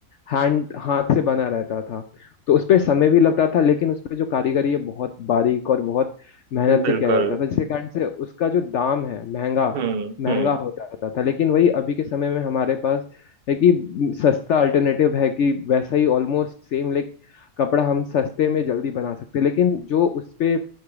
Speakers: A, on the left; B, on the right.
A: हैंड हाथ से बना रहता था तो उस पे समय भी लगता था लेकिन उस पे जो कारीगरी है बहुत बारीक और बहुत मेहनत से
B: बिल्कुल
A: किया जाता था जिसके कारण से उसका जो दाम है महंगा
B: हम्म
A: महंगा
B: हम्म
A: हो जाता था लेकिन वही अभी के समय में हमारे पास है कि सस्ता अल्टरनेटिव है कि वैसा ही ऑलमोस्ट सेम लाइक कपड़ा हम सस्ते में जल्दी बना सकते हैं लेकिन जो उस पे